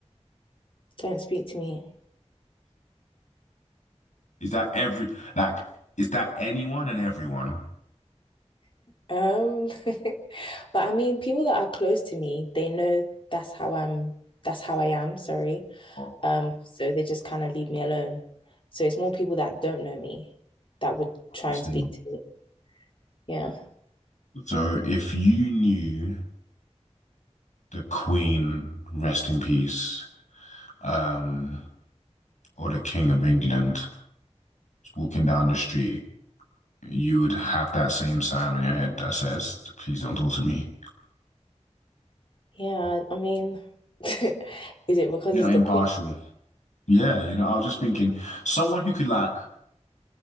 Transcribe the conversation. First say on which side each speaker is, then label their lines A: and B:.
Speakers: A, on the left; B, on the left.
A: Don't speak to me.
B: Is that every, like, is that anyone and everyone?
A: Um, <laughs> but I mean, people that are close to me, they know that's how I'm, that's how I am, sorry.
B: Oh,
A: Um, so they just kind of leave me alone. So it's more people that don't know me that would
B: I
A: try
B: see.
A: and speak to me. Yeah.
B: So if you knew the Queen, rest in peace, um, or the King of England was walking down the street, you would have that same sign on your head that says, please don't talk to me.
A: Yeah, I mean, <laughs> is it because
B: You're
A: it's
B: not
A: the
B: impartial.
A: queen?
B: Yeah, you know, I was just thinking someone who could like,